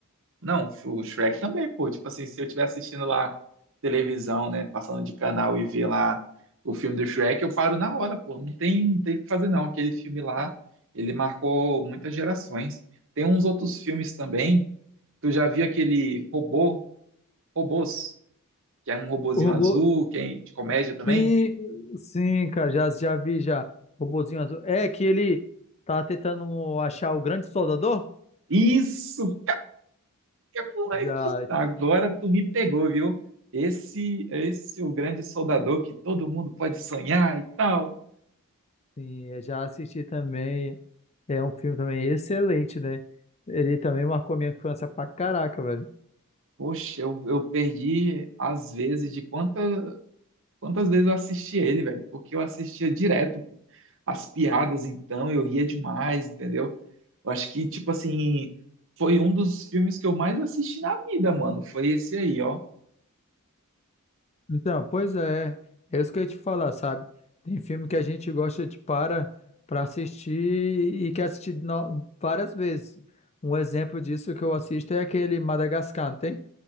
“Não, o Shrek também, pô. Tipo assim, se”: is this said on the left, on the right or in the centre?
Right